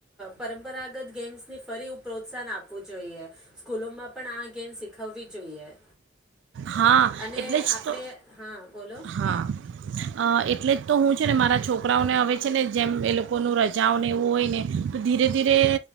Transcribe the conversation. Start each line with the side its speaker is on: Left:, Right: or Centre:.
Centre: પરંપરાગત ગેમ્સ ની ફરી પ્રોત્સાહન આપવું જોઈએ સ્કૂલોમાં પણ આ ગેમ શીખવવી જોઈએ
Right: હા
Centre: અને
Right: એટલે
Centre: આપણે
Right: જ તો
Centre: હા બોલો
Right: હા એટલે જ તો હું છે ને મારા છોકરાઓને હવે છે ને જેમ એ લોકોનું રજાઓને એવું હોય ને તો ધીરે ધીરે